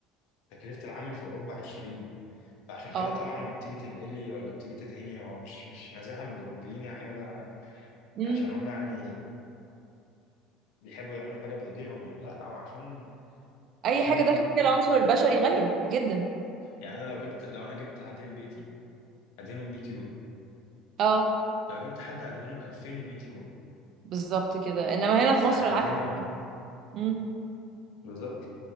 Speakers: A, on the left (about 75°); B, on the right (about 50°).
A: تكلفة العامل في أوروبا عشرين فعشان كده
B: اه
A: طبعا لما بتيجي تنقلي ولا بتيجي تدهني هو مش مش نزاهة من الأوروبيين يعني ولا
B: امم
A: عشان هم يعني بيحبوا يعملوا حاجة بإيديهم يعني لا هو عشان
B: اي
A: عشان
B: حاجه داخل فيها العنصر البشري غاليه جدا
A: يعني أنا لو جبت لو أنا جبت هدهن بيتي هدهنه ب 100 يورو
B: اه
A: لو جبت حد هدهنه ب 2100 يورو
B: بالظبط كده انما هنا في
A: فهدينا
B: مصر العكس
A: انا
B: امم
A: بالظبط